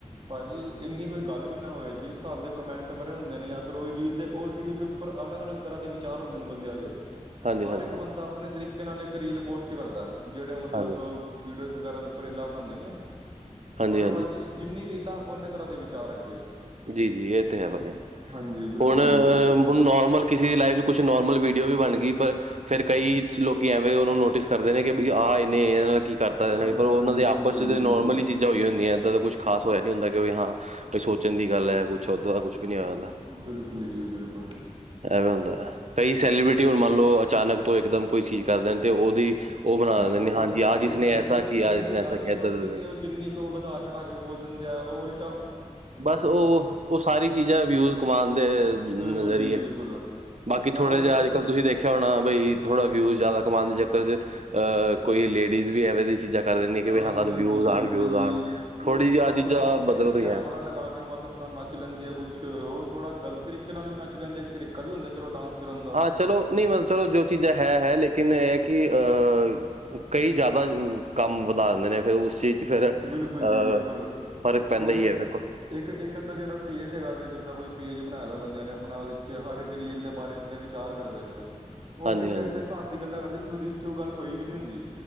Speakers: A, on the right; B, on the right.
A: ਭਾਜੀ ਇੰਨੀ ਕੋਈ ਗੱਲ ਵੀ ਨਾ ਹੋਏ ਜਿਸ ਹਿਸਾਬ ਦੇ ਕਮੈਂਟ ਭਰੇ ਹੁੰਦੇ ਨੇ ਜਾਂ ਫਿਰ ਉਹ ਰੀਲ ਦੇ ਉਹ ਰੀਲ ਤੋਂ ਉੱਪਰ ਅਲੱਗ ਅਲੱਗ ਤਰ੍ਹਾਂ ਦੇ ਵਿਚਾਰ ਹੁੰਦੇ ਨੇ ਬੰਦਿਆਂ ਦੇ।
B: ਹਾਂਜੀ,
A: ਹਰ
B: ਹਾਂਜੀ,
A: ਇੱਕ
B: ਹਾਂਜੀ,
A: ਬੰਦਾ ਆਪਣੇ ਤਰੀਕੇ ਨਾਲ ਇੱਕ ਰੀਲ ਪੋਸਟ ਕਰਦਾ ਜਿਹੜੇ ਮਤਲਬ
B: ਹਾਂਜੀ,
A: ਵੀਡੀਓਜ਼ ਵਗੈਰਾ ਉੱਪਰ ਰੀਲਾਂ ਬਣਾਂਦੇ ਨੇ।
B: ਹਾਂਜੀ,
A: ਹੁਣ
B: ਹਾਂਜੀ,
A: ਭਾਜੀ ਜਿੰਨੀ ਰੀਲਾ ਓਨੇ ਤਰ੍ਹਾਂ ਦੇ ਵਿਚਾਰ ਅੱਗੇ।
B: ਜੀ ਜੀ ਇਹ ਤੇ ਹੈ ਭਾਜੀ
A: ਹਾਂਜੀ ਬਿਲਕੁਲ
B: ਹੁਣ।
A: ਜੀ ਬਿਲਕੁਲ
B: ਹੁਣ ਨੋਰਮਲ ਕਿਸੇ ਦੀ ਲਾਈਫ 'ਚ ਕੁਛ ਨੋਰਮਲ ਵੀਡੀਓ ਵੀ ਬਣ ਗਈ ਪਰ ਫੇਰ ਕਈ ਲੋਕੀ ਐਵੇਂ ਉਹਨਾਂ ਨੂੰ ਨੋਟਿਸ ਕਰਦੇ ਨੇ ਕਿ ਵੀ ਆਹ ਇਹਨੇ ਇਹਦੇ ਨਾਲ ਕੀ ਕਰਤਾ ਇਹਨਾਂ
A: ਹਾਂਜੀ-ਹਾਂਜੀ
B: ਪਰ ਉਹਨਾਂ ਦੇ ਆਪਸ
A: ਬਿਲਕੁਲ
B: ਚ
A: ਜੀ ਬਿਲਕੁਲ।
B: ਨੋਰਮਲੀ ਚੀਜ਼ਾਂ ਹੋਈ ਹੁੰਦੀ ਆ ਇੱਦਾਂ ਦਾ ਕੁਛ ਖਾਸ ਹੋਇਆ ਨੀ ਹੁੰਦਾ ਕਿ ਹਾਂ ਕੇ ਸੋਚਣ ਦੀ ਗੱਲ ਐ ਕੁਛ ਉੱਦਾਂ ਦਾ ਕੁਛ ਵੀ ਨੀ ਹੋਇਆ ਹੁੰਦਾ।
A: ਬਿਲਕੁਲ ਜੀ ਬਿਲਕੁਲ।
B: ਐਵੇਂ ਹੁੰਦਾ ਕਈ ਸੈਲੀਬ੍ਰਿਟੀ ਹੁਣ ਮੰਨ ਲਓ ਅਚਾਨਕ ਤੋਂ ਇਕਦਮ ਕੋਈ ਚੀਜ਼ ਕਰ ਦੇਣ ਤੇ ਉਹਦੀ। ਉਹ ਬਣਾ ਦਿੰਦੇ
A: ਉਹਦੀ
B: ਨੇ ਹਾਂਜੀ
A: ਤੇ ਭਾਜੀ
B: ਆਹ ਜਿਸਨੇ
A: ਇੰਨੀ
B: ਐਸਾ ਕੀਆ, ਆਹ
A: ਇੰਨੀ
B: ਜਿਸਨੇ
A: ਗੱਲ
B: ਐਸਾ ਕੀਆ
A: ਨੀ ਹੁੰਦੀ
B: ਏਦਾਂ-ਏਦਾਂ
A: ਤੇ ਉਹ ਜਿੰਨੀ ਉਹ ਵਧਾ ਚੜਾ ਕੇ ਬੋਲ ਦਿੰਦੇ ਆ ਉਹ ਉਲ
B: ਬਸ ਉਹ ਉਹ ਸਾਰੀ ਚੀਜ਼ਾਂ ਵਿਊਜ ਕਮਾਨ ਦੇ
A: ਬਿਲਕੁਲ
B: ਜ਼ਰੀਏ।
A: ਜੀ ਬਿਲਕੁਲ
B: ਬਾਕ ਥੋੜਾ
A: ਅੱਜ ਕੱਲ੍ਹ
B: ਜਾ
A: ਤੇ
B: ਅੱਜਕੱਲ ਤੁਸੀਂ, ਖਿਆ ਹੋਣਾ ਬਈ ਥੋੜਾ ਵਿਊਜ ਜ਼ਿਆਦਾ ਕਮਾਣ ਦੇ ਚੱਕਰ ਚ ਅਹ ਕੋਈ ਲੇਡੀਜ਼ ਵੀ ਐਵੇ ਦੀ ਚੀਜ਼ਾਂ ਕਰ ਦਿੰਦੀਆਂ ਕਿ ਵੀ
A: ਹਾਂਜੀ
B: ਹਾਂ ਸਾਨੂੰ
A: ਹਾਂਜੀ,
B: ਵਿਊਜ਼
A: ਬਿਲਕੁਲ
B: ਆਣ ਵਿਊਜ਼
A: ਜੀ
B: ਆਣ
A: ਉਹ
B: ਥੋੜ੍ਹੀ ਜਿਹੀ
A: ਬਸ
B: ਆਹ ਚੀਜ਼ਾਂ
A: ਸਾਹਮਣੇ
B: ਬਦਲ ਰਹੀਆਂ।
A: ਕੈਮਰਾ ਲਗਾ ਕੇ ਬਸ ਆਪਣਾ ਨੱਚ ਲੈਂਦੀ ਆ ਕੁਛ ਉਹ ਥੋੜ੍ਹਾ ਗਲਤ ਤਰੀਕੇ ਨਾਲ ਵੀ ਨੱਚ ਲੈਂਦੀ ਆ ਇੱਕ ਤਰੀਕਾ ਵੀ ਹੁੰਦਾ ਚਲੋ ਡਾਂਸ। ਕਰਨ ਦਾ
B: ਹਾਂ, ਚਲੋ ਨਹੀਂ ਮਤਲਬ ਚਲੋ ਜੋ ਚੀਜ਼ਾਂ ਹੈ ਹੈ ਲੇਕਿਨ ਇਹ ਕਿ ਅ ਕਈ ਜ਼ਿਆਦਾ ਕੰਮ ਵਧਾ ਦਿੰਦੇ ਨੇ ਫਿਰ ਉਸ ਚੀਜ਼ ਚ ਫਿਰ, ਅਹ
A: ਬਿਲਕੁਲ ਜੀ ਬਿਲਕੁਲ
B: ਫ਼ਰਕ ਪੈਂਦਾ
A: ਹੁਣ
B: ਹੀ ਹੈ ਵੇਖੋ
A: ਇੱਕ, ਇੱਕ ਅੱਧਾ ਜਿਹੜਾ ਪੇਜ ਹੈਗਾ ਵ ਜਿੱਦਾਂ ਕੋਈ ਪੇਜ ਬਣਾਇਆ ਵ ਬੰਦਿਆਂ ਨੇ ਆਪਣਾ ਉਹਦੇ ਵਿੱਚ ਹਰ ਇੱਕ ਰੀਲ ਦੇ ਬਾਰੇ ਆਪਣੇ ਵਿੱਚ ਵਿਚਾਰ ਕਰਦੇ ਨੇ ਉਹ ਉਹ
B: ਹਾਂਜੀ
A: ਫਿਰ
B: ਹਾਂਜੀ
A: ਇਸੇ ਹਿਸਾਬ ਦੀ ਗੱਲਾਂ ਕਰਦੇ ਜ ਉਹਦੇ ਵਿੱਚ ਉਹ ਗੱਲ ਹੋਈ ਵੀ ਨੀ ਹੁੰਦੀ